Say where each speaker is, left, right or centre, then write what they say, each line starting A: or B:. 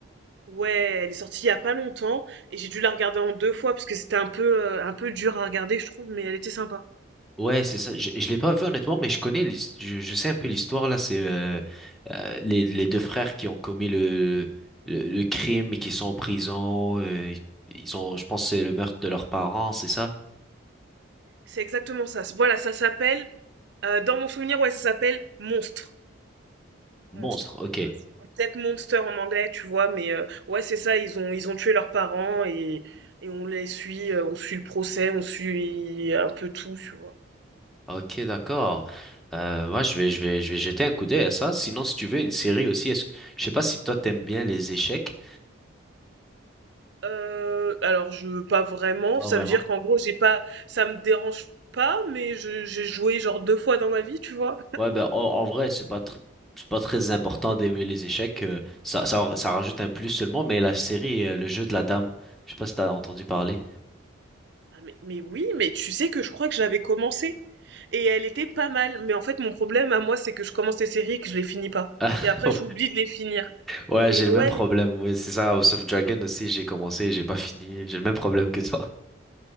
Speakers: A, on the right (about 55°); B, in the centre.
A: Ouais, elle est sortie il y a pas longtemps et j'ai dû la regarder en deux fois parce que c'était un peu euh, un peu dur à regarder, je trouve, mais elle était sympa.
B: Ouais, c'est ça. Je, je l'ai pas vu honnêtement, mais je connais, l'his- je, je sais un peu l'histoire là. C'est euh, euh, les, les deux frères qui ont commis le, le, le crime et qui sont en prison. euh, ils ont, je pense, que c'est le meurtre de leurs parents, c'est ça?
A: C'est exactement ça. Voilà, ça s'appelle euh, dans mon souvenir, ouais, ça s'appelle Monstre.
B: Monstre,
A: Monstre.
B: ok.
A: Peut-être Monster en anglais, tu vois, mais euh, ouais, c'est ça, ils ont ils ont tué leurs parents et et on les suit, euh, on suit le procès, on suit un peu tout, tu vois.
B: Ok, d'accord. Euh, moi, je vais, je vais, je vais jeter un coup d'œil à ça. Sinon, si tu veux une série aussi, est-ce que, je sais pas si toi t'aimes bien les échecs.
A: Euh, alors je pas vraiment,
B: Pas
A: ça
B: vraiment.
A: veut dire qu'en gros, j'ai pas ça me dérange pas, mais je j'ai joué genre deux fois dans ma vie, tu vois.
B: Ouais, ben en, en vrai, c'est pas tr- c'est pas très important d'aimer les échecs. euh, ça, ça, ça rajoute un plus seulement. Mais la série, euh, le jeu de la dame, je sais pas si t'as entendu parler.
A: Ah, mais mais oui, mais tu sais que je crois que j'avais commencé et elle était pas mal, mais en fait mon problème à moi c'est que je commence les séries et que je les finis pas
B: Ah,
A: et après
B: <laughs>
A: j'oublie de les finir.
B: Ouais,
A: Mais
B: j'ai le
A: ouais,
B: même problème. Oui, c'est ça. House of Dragon aussi, j'ai commencé, et j'ai pas fini. J'ai le même problème que toi.